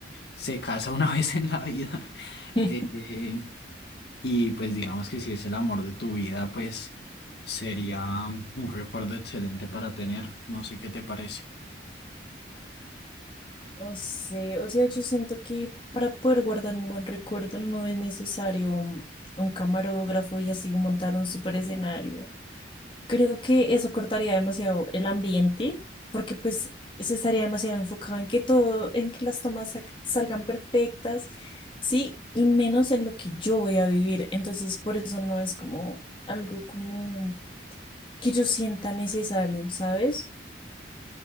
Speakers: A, on the left; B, on the left.
A: se casa una <laughs> vez en la vida.
B: <laughs>
A: Eh, y pues digamos que si es el amor de tu vida, pues sería un recuerdo excelente para tener. No sé qué te parece.
B: No sé, o sea, yo siento que para poder guardar un buen recuerdo no es necesario un un camarógrafo y así montar un super escenario. Creo que eso cortaría demasiado el ambiente, porque pues se estaría demasiado enfocado en que todo, en que las tomas sa- salgan perfectas, sí, y menos en lo que yo voy a vivir. Entonces, por eso no es como algo como que yo sienta necesario, ¿sabes?